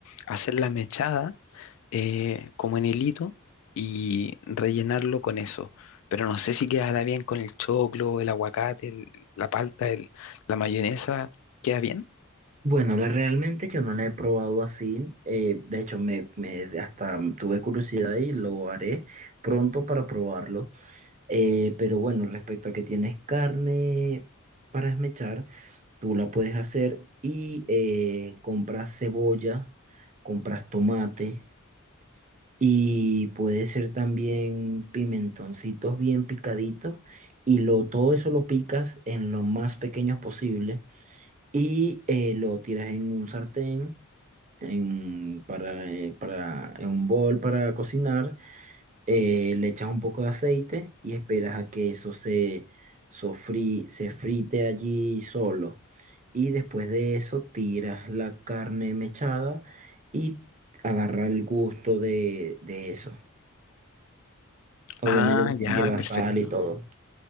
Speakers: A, on the left; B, on the right.
A: hacerla mechada eh, como en hilito y rellenarlo con eso. Pero no sé si quedará bien con el choclo, el aguacate, el- la palta, el- la mayonesa. ¿Queda bien?
B: Bueno, la- realmente yo no la he probado así. eh, de hecho, me, me- hasta tuve curiosidad y lo haré pronto para probarlo. Eh, pero bueno, respecto a que tienes carne para esmechar, tú la puedes hacer y eh, compras cebolla, compras tomate y puede ser también pimentoncitos bien picaditos y lo, todo eso lo picas en lo más pequeño posible y eh, lo tiras en un sartén, en, para, eh, para, en un bol para cocinar eh, le echas un poco de aceite y esperas a que eso se, sofrí- se frite allí solo. Y después de eso tiras la carne mechada y agarra el gusto de, de eso. Obviamente
A: Ah,
B: también
A: ya,
B: lleva
A: perfecto.
B: Mm, sal y todo.